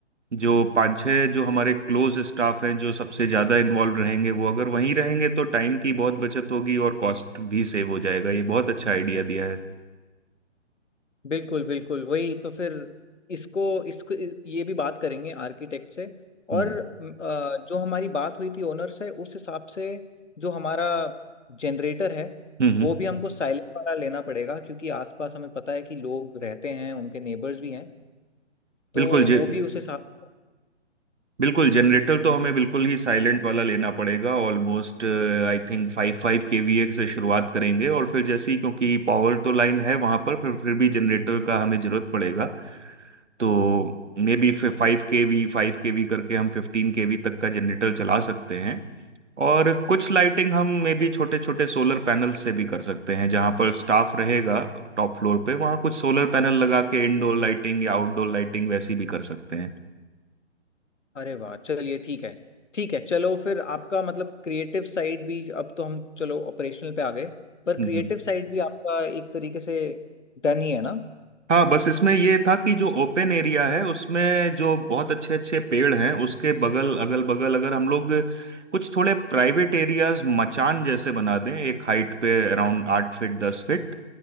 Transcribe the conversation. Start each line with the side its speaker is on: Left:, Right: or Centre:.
Right: जो पांच छह जो हमारे क्लोज स्टाफ हैं जो सबसे ज्यादा इन्वॉल्व रहेंगे वो अगर वहीं रहेंगे तो टाइम की बहुत बचत होगी और कॉस्ट भी सेव हो जाएगा ये बहुत अच्छा आइडिया दिया है
Left: बिल्कुल बिल्कुल वही तो फिर इसको इसको ये भी बात करेंगे आर्किटेक्ट से
Right: हम्म
Left: और म, अ, जो हमारी बात हुई थी ओनर से उस हिसाब से जो हमारा जनरेटर है
Right: हम्म हम्म,
Left: वो भी हमको साइलेंट वाला लेना पड़ेगा क्योंकि आसपास हमें पता है कि लोग रहते हैं उनके नेबर्स भी हैं तो
Right: बिल्कुल जे
Left: वो भी उस हिसाब
Right: बिल्कुल जनरेटर तो हमें बिल्कुल ही साइलेंट वाला लेना पड़ेगा ऑलमोस्ट आई थिंक फाइव फाइव केवीए से शुरुआत करेंगे और फिर जैसे ही क्योंकि पावर तो लाइन है वहां पर पर फिर भी जनरेटर का हमें जरूरत पड़ेगा तो मे बी फाइव केवी फाइव केवी करके हम फिफ्टीन केवी तक का जनरेटर चला सकते हैं और कुछ लाइटिंग हम मे बी छोटे छोटे सोलर पैनल से भी कर सकते हैं जहां पर स्टाफ रहेगा टॉप फ्लोर पे वहां कुछ सोलर पैनल लगा के इंडोर लाइटिंग या आउटडोर लाइटिंग वैसी भी कर सकते हैं
Left: अरे वाह चलिए ठीक है ठीक है चलो फिर आपका मतलब क्रिएटिव साइड भी अब तो हम चलो ऑपरेशनल पे आ गए पर
Right: हम्म
Left: क्रिएटिव
Right: हम्म।
Left: साइड भी आपका एक तरीके से डन ही है ना
Right: हाँ बस इसमें ये था कि जो ओपन एरिया है उसमें जो बहुत अच्छे अच्छे पेड़ हैं उसके बगल अगल बगल अगर हम लोग कुछ थोड़े प्राइवेट एरियाज मचान जैसे बना दें एक हाइट पे अराउंड आठ फीट दस फीट